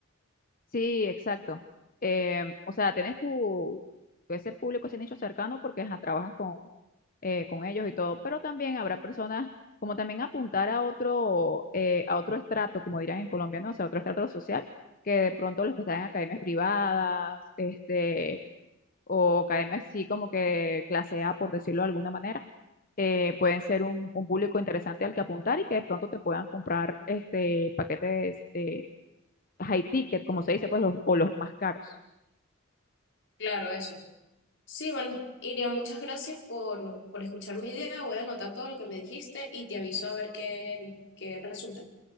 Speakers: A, on the left; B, on the left.
A: Sí, exacto. Eh, o sea, tienes tu, ese público, ese nicho cercano porque ajá, trabajas con eh, con ellos y todo, pero también habrá personas como también apuntar a otro, eh, a otro estrato, como dirán en Colombia, no sé, otro estrato social, que de pronto los que están en academias privadas, este, o academias sí como que clase A, por decirlo de alguna manera, eh, pueden ser un, un público interesante al que apuntar y que de pronto te puedan comprar este paquetes eh, high ticket, como se dice, pues, los- o los más caros.
B: Claro, eso. Sí, bueno, Irian, muchas gracias por, por escuchar mi idea, voy a anotar todo lo que me dijiste y te aviso a ver qué, qué resulta.